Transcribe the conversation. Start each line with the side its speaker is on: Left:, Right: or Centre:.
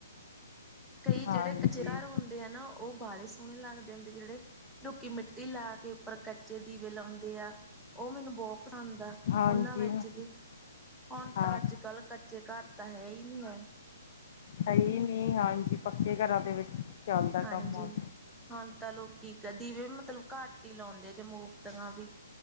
Centre: ਕਈ ਜਿਹੜੇ
Left: ਹਾਂਜੀ
Centre: ਕੱਚੇ ਘਰ ਹੁੰਦੇ ਆ ਨਾ ਉਹ ਉਹ ਬਾਲੇ ਸੋਹਣੇ ਲੱਗਦੇ ਹੁੰਦੇ ਜਿਹੜੇ ਲੋਕੀ ਮਿੱਟੀ ਲਾ ਕੇ ਉੱਪਰ ਕੱਚੇ ਦੀਵੇ ਲਾਉਂਦੇ ਆ। ਉਹ ਮੈਨੂੰ ਬਹੁਤ ਪਸੰਦ ਆ
Left: ਹਾਂਜੀ
Centre: ਉਹਨਾਂ ਵਿੱਚ
Left: ਹਾਂ
Centre: ਵੀ ਹੁਣ
Left: ਹਾਂ
Centre: ਤਾਂ ਅੱਜ ਕੱਲ ਕੱਚੇ ਘਰ ਤਾਂ ਹੈ ਹੀ ਨਹੀ ਹੈ।
Left: ਹੈ ਈ ਨੀ ਹਾਂਜੀ ਪੱਕੇ ਘਰਾਂ ਦੇ ਵਿੱਚ ਚੱਲਦਾ
Centre: ਹਾਂਜੀ
Left: ਕੰਮ ਹੁਣ।
Centre: ਹੁਣ ਤਾਂ ਲੋਕੀ ਕਦੀ ਦੀਵੇ ਵੀ ਮਤਲਬ ਘੱਟ ਹੀ ਲਾਉਂਦੇ ਜੇ ਮੋਮਬੱਤੀਆਂ ਵੀ